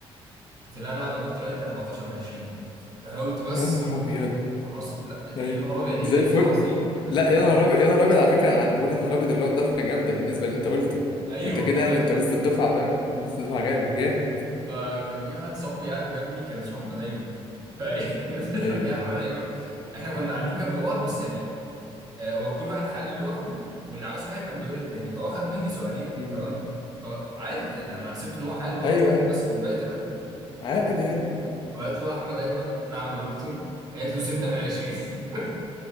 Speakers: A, on the right; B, on the left.
A: قلت لها نعم يا دكتور قالت لي 14 من 20 انا قلت بس
B: يا نهار ابيض
A: عظيم لا
B: ايوه
A: يا نهار ابيض ايه
B: زي
A: ده
B: الفل
A: كده عظيم أنا- أنا
B: لا يا نهار
A: كده
B: ابيض يا نهار ابيض على فكره انا أنا بقول يا نهار ابيض اللي هو الضربه جامده بالنسبه اللي انت قلته
A: <laughs> ايوه
B: فانت كده
A: فاهم
B: يعني انت وسط الدفعه فاهم انت وسط الدفعه جامد جامد
A: فكان في واحد صاحبي قاعد جنبي كان اسمه احمد ايمن فايه <laughs> نزلت
B: ايوه
A: عليه احمد ايمن احنا كنا قاعدين جنب بعض بس يعني آه، هو كل واحد حلل لوحده واللي عاوز حاجه كان بيقول للتاني فهو خد مني سؤالين
B: مم.
A: تمام فعادي انا حسبت ان هو حلل واخد
B: ايوه
A: سؤالين
B: ايوه
A: بس والباقي تمام
B: عادي يعني
A: فقالت له احمد ايمن نعم يا دكتور قالت له 6 من 20 <laughs>